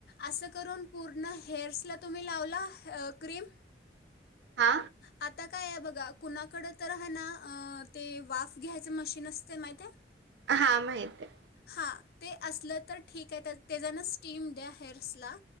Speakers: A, on the left; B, on the right.
A: असं करून पूर्ण हेअर्सला तुम्ही लावला अ क्रीम?
B: हा!
A: आता काय आहे बघा कुणाकड तर हाय ना अ ते वाफ घ्यायच मशीन असते माहिती आहे.
B: हा माहित आहे.
A: हां! ते असलं तर ठीक आहे तर तेजानं स्टीम द्या हेअर्सला.